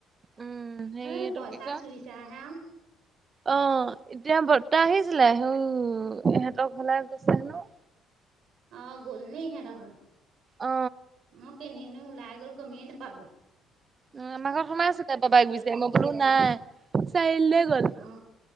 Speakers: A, on the right (about 40°); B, on the right (about 70°).
A: উম হেৰি
B: হে
A: এইটো
B: পইচা
A: কি কয়
B: চুইছা হে আও
A: অ এতিয়া বৰ্তা আহিছিলে উম ইহঁতৰ ঘৰলৈ গৈছে হেনো
B: অ গ'লনি সিহতঁৰ ঘলে
A: অ
B: অ কেনিনো ওলাই গল মই গমেই নপালো।
A: উ আমাৰ ঘৰত সোমাই আছে তাই বাবাইক বিচাৰি
B: গ'লো
A: মই বোলো নাই চাৰিআলিলৈ গ'ল।
B: অ